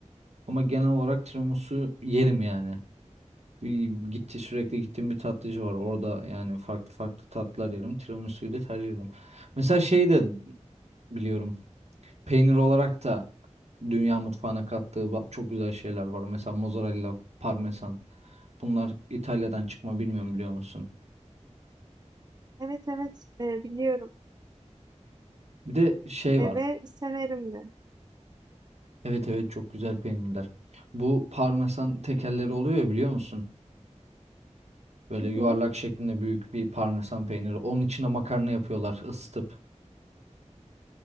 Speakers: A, on the right; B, on the right.
A: Ama genel olarak tiramisu yerim yani. Bir gitti sürekli gittiğim bir tatlıcı var. Orada yani farklı farklı tatlar yerim. Tiramisu'yu da tercih ederim. Mesela şeyi de biliyorum. Peynir olarak da dünya mutfağına kattığı ba- çok güzel şeyler var. Mesela mozzarella, parmesan. Bunlar İtalya'dan çıkma bilmiyorum biliyor musun?
B: Evet evet e, biliyorum
A: Bir de şey
B: E,
A: var.
B: ve severim de.
A: Evet evet çok güzel peynirler. Bu parmesan tekerleri oluyor ya biliyor musun? Böyle
B: Hı
A: yuvarlak
B: hı.
A: şeklinde büyük bir parmesan peyniri. Onun içine makarna yapıyorlar ısıtıp.